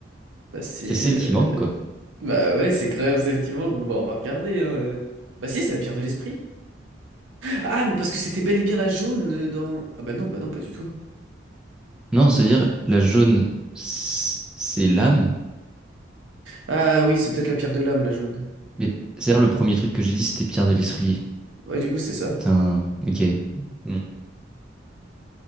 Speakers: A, on the right (about 85°); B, in the centre.
A: Bah, c'est...
B: C'est celle
A: euh,
B: qui manque, quoi.
A: Bah ouais, c'est quand même celle qui manque. Bon, bah, on va regarder. hein. euh. Bah si, c'est la pierre de l'esprit. Ah, mais parce que c'était bel et bien la jaune euh, dans... Ah bah non, bah non, pas du tout.
B: Non, c'est-à-dire, la jaune, c'est c'est l'âme.
A: Ah oui, c'est peut-être la pierre de l'âme, la jaune.
B: Mais c'est-à-dire, le premier truc que j'ai dit, c'était Pierre de l'esprit.
A: Ouais, du coup, c'est ça.
B: Putain, ok. Hmm.